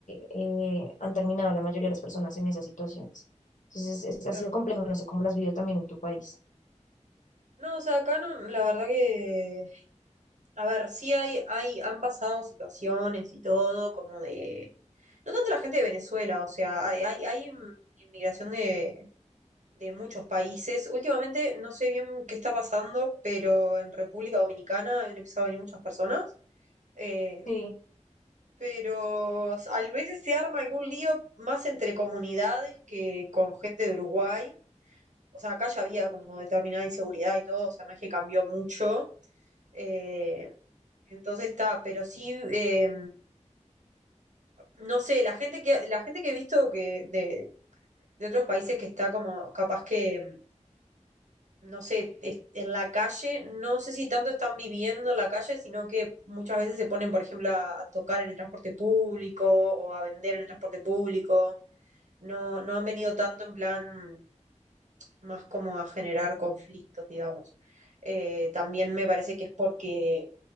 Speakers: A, on the left; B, on the right.
A: eh, han terminado la mayoría de las personas en esas situaciones. Entonces, es- ha
B: claro.
A: sido complejo, no sé cómo las vivió también en tu país.
B: No, o sea, acá no, la verdad que, a ver, sí hay, hay, han pasado situaciones y todo, como de, no tanto la gente de Venezuela, o sea, hay, hay, hay inmigración de, de muchos países. Últimamente no sé bien qué está pasando, pero en República Dominicana han empezado a venir muchas personas. eh,
A: Sí,
B: pero a veces se arma algún lío más entre comunidades que con gente de Uruguay. O sea, acá ya había como determinada inseguridad y todo, o sea, no es que cambió mucho. eh, entonces está, pero sí, eh, no sé, la gente que, la gente que he visto que de, de otros países que está como capaz que em, no sé, es- en la calle, no sé si tanto están viviendo en la calle, sino que muchas veces se ponen, por ejemplo, a, a tocar en el transporte público o a vender en el transporte público. No, no han venido tanto en plan más como a generar conflictos, digamos. Eh, también me parece que es porque,